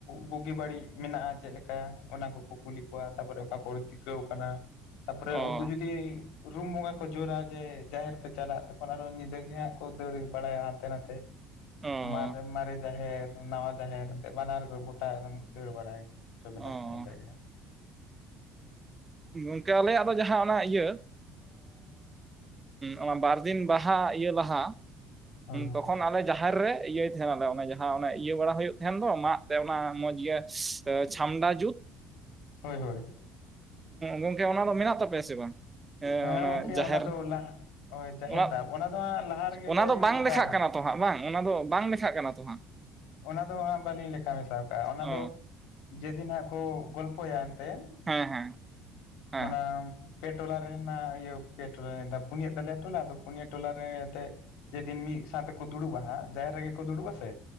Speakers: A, on the left (about 80°); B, on the right (about 20°).
A: ᱵᱩᱜᱤ ᱵᱟᱹᱲᱤᱡ ᱢᱮᱱᱟᱜᱼᱟ ᱪᱮᱫ ᱞᱮᱠᱟ ᱚᱱᱟ ᱠᱚᱠᱚ ᱠᱩᱞᱤ ᱠᱚᱣᱟ ᱛᱟᱯᱚᱨᱮ ᱚᱠᱟ ᱠᱚ ᱟᱹᱠᱟᱹᱣ ᱟᱠᱟᱱᱟ ᱛᱟᱯᱚᱨᱮ
B: ᱚ
A: ᱩᱱᱠᱩ ᱡᱩᱫᱤ ᱨᱩᱢ ᱵᱚᱸᱜᱟ ᱠᱚ ᱡᱳᱨᱟ ᱡᱮ ᱡᱟᱦᱮᱨ ᱮ ᱪᱟᱞᱟᱜ ᱛᱚᱠᱷᱚᱱ ᱟᱨᱚ ᱧᱤᱫᱟᱹ ᱜᱮ ᱦᱟᱸᱜ ᱠᱚ ᱫᱟᱹᱲ ᱵᱟᱲᱟᱭᱟ ᱦᱟᱱᱛᱮ ᱱᱟᱛᱮ
B: ᱚ
A: ᱢᱟᱨᱮ ᱢᱟᱨᱮ ᱡᱟᱦᱮᱨ ᱱᱟᱣᱟ ᱡᱟᱦᱮᱨ ᱮᱱᱛᱮ ᱵᱟᱱᱟᱨ ᱜᱮ ᱜᱚᱴᱟ ᱫᱟᱹᱲ ᱵᱟᱲᱟᱭ ᱫᱟᱹᱲ ᱦᱚᱪᱚ ᱵᱤᱱᱟ
B: ᱚ
A: ᱧᱤᱫᱟᱹ ᱜᱮ
B: ᱜᱚᱝᱠᱮ ᱟᱞᱮᱭᱟᱜ ᱫᱚ ᱡᱟᱦᱟᱸ ᱚᱱᱟ ᱤᱭᱟᱹ ᱚᱱᱟ ᱵᱟᱨᱫᱤᱱ ᱵᱟᱦᱟ ᱤᱭᱟᱹ ᱞᱟᱦᱟ
A: ᱦᱳᱭ ᱦᱳᱭ
B: ᱛᱚᱠᱷᱚᱱ ᱟᱞᱮ ᱡᱟᱦᱮᱨ ᱨᱮ ᱤᱭᱟᱹᱭ ᱛᱟᱦᱮᱱᱟᱞᱮ ᱚᱱᱮ ᱡᱟᱦᱟᱸ ᱚᱱᱮ ᱤᱭᱟᱹ ᱵᱟᱲᱟ ᱦᱩᱭᱩᱜ ᱛᱟᱦᱮᱸᱱ ᱫᱚ ᱢᱟᱫ ᱛᱮ ᱚᱱᱟ ᱢᱚᱸᱡᱽ ᱜᱮ ᱪᱷᱟᱢᱰᱟ ᱡᱩᱛ
A: ᱦᱳᱭ ᱦᱳᱭ
B: ᱜᱚᱝᱠᱮ ᱚᱱᱟ ᱫᱚ ᱢᱮᱱᱟᱜ ᱛᱟᱯᱮᱭᱟ ᱥᱮ ᱵᱟᱝ
A: ᱦᱮᱸ
B: ᱚᱱᱟ
A: ᱜᱚᱝᱠᱮ
B: ᱡᱟᱦᱮᱨ
A: ᱫᱚ ᱞᱟᱦᱟ ᱦᱳᱭ ᱡᱟᱦᱮᱨ
B: ᱚᱱᱟ
A: ᱫᱟᱵ ᱫᱚ ᱦᱟᱸᱜ ᱞᱟᱦᱟ ᱨᱮᱜᱮᱞᱮ
B: ᱚᱱᱟ ᱫᱚ ᱵᱟᱝ
A: ᱫᱟᱵᱟ
B: ᱞᱮᱠᱷᱟᱜ ᱠᱟᱱᱟ ᱛᱚ ᱦᱟᱸᱜ ᱵᱟᱝ ᱚᱱᱟ ᱫᱚ ᱵᱟᱝ ᱞᱮᱠᱷᱟᱜ ᱠᱟᱱᱟ ᱛᱚ ᱦᱟᱸᱜ
A: ᱚᱱᱟ ᱫᱚ ᱦᱟᱸᱜ ᱵᱟᱹᱞᱤᱧ ᱞᱮᱠᱷᱟ ᱢᱮᱥᱟ ᱠᱟᱜᱼᱟ ᱚᱱᱟ
B: ᱚ
A: ᱫᱚ ᱡᱮᱫᱤᱱ ᱦᱟᱸᱜ ᱠᱚ ᱜᱚᱞᱯᱷᱚᱭᱟ ᱮᱱᱛᱮᱱ
B: ᱦᱮᱸ ᱦᱮᱸ ᱦᱮᱸ
A: ᱚᱱᱟᱢ ᱯᱮ ᱴᱚᱞᱟ ᱨᱮ ᱤᱭᱟᱹ ᱯᱮ ᱴᱚᱞᱟ ᱯᱩᱱᱭᱟᱹ ᱛᱟᱞᱮᱭᱟ ᱴᱚᱞᱟ ᱟᱫᱚ ᱯᱩᱱᱭᱟᱹ ᱴᱚᱞᱟ ᱨᱮ ᱮᱱᱛᱮᱫ ᱡᱮ ᱫᱤᱱ ᱢᱤᱫ ᱥᱟᱶᱛᱮᱠᱚ ᱫᱩᱲᱩᱵᱟᱼᱟ ᱦᱟᱸᱜ ᱡᱟᱦᱮᱨ ᱨᱮᱜᱮ ᱠᱚ ᱫᱩᱲᱩᱵᱼᱟ ᱥᱮ